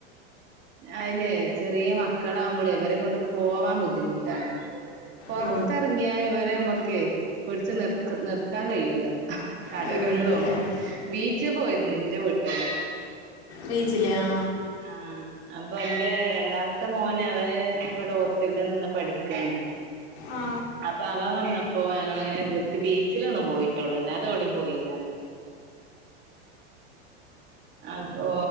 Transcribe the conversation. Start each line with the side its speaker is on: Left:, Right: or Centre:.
Right: അയിന് ചെറിയ മക്കളാവു ഇവരെ കൊണ്ട് പോവാൻ ബുദ്ധിമുട്ടാ പൊറത്തെറങ്ങിയാ
Left: ഓ
Right: ഇവരെ നമ്മക്കേ പിടിച്ച് നിർ നിർത്താൻ കയ്യൂല കടകളിലും
Left: കഴിയൂല വെള്ളവും
Right: ബീച്ച് പോയിരുന്നു എന്റെ വീട്ടീന്ന്
Left: ബീച്ചില് ആ
Right: ആഹ അപ്പൊ എന്റെ രണ്ടാമത്തെ മോൻ അവന് ഇവിടെ ഹോസ്റ്റലിൽ നിന്ന് പഠിക്കാണ്
Left: ആ
Right: അപ്പൊ അവൻ വന്നപ് പ്പോ ഞങ്ങളിങ്ങനെ ജസ്റ്റ്‌ <unintelligible> ക്ക് ബീച്ചിലൊന്ന് പോയിട്ടൊള്ളൂ അല്ലാതെവിടെം പോയില്ല അപ്പോ